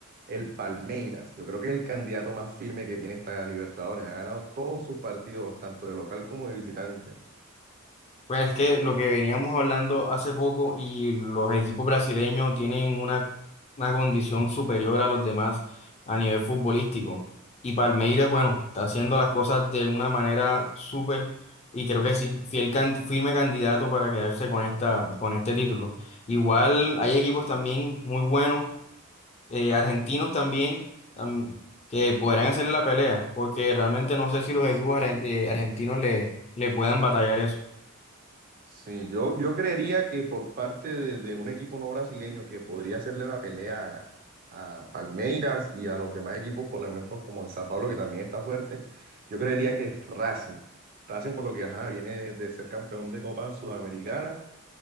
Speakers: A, on the right; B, on the left.
A: el Palmeiras? Yo creo que es el candidato más firme que tiene esta Libertadores. Ha ganado todos sus partidos, tanto de local como de visitante.
B: Pues es que lo que veníamos hablando hace poco y los equipos brasileños tienen una, una condición superior a los demás a nivel futbolístico. Y Palmeiras, bueno, está haciendo las cosas de una manera súper y creo que sí, fiel can- firme candidato para quedarse con esta, con este título. Igual hay equipos también muy buenos, eh, argentinos también, am- que podrán hacerle la pelea, porque realmente no sé si los equipos argen- eh, argentinos le, le puedan batallar eso.
A: Sí, yo, yo creería que por parte de, de un equipo no brasileño que podría hacerle la pelea a Palmeiras y a los demás equipos, por ejemplo, como el San Pablo, que también está fuerte, yo creería que es Racing. Racing, por lo que ajá, viene de ser campeón de Copa Sudamericana